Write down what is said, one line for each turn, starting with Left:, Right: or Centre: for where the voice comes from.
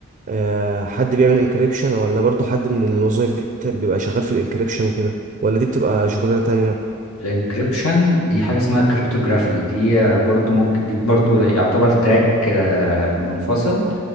Right: آه، حد بيعمل انكريبشن ولا برضو حد من الوظائف دي بت- بيبقى شغال في الانكريبشن وكده ولا دي بتبقى شغلانة تانية
Left: الانكريبشن دي حاجه اسمها كريبتوغرافي دي آه، برضو ممكن دي برضو ده يعتبر تراك آه، منفصل